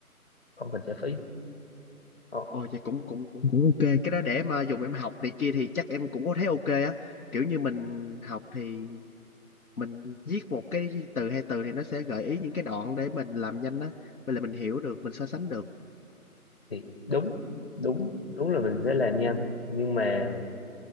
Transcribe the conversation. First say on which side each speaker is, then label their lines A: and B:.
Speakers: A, on the left; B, on the left.
A: không cần trả phí Ờ,
B: Ồ vậy cũng cũng cũng cũng ok cái đó để mà dùng em học này kia thì chắc em cũng có thấy ok á kiểu như mình học thì mình viết một cái từ hay từ thì nó sẽ gợi ý những cái đoạn để mình làm nhanh á vậy là mình hiểu được mình so sánh được
A: thì đúng đúng đúng là mình sẽ làm nhanh nhưng mà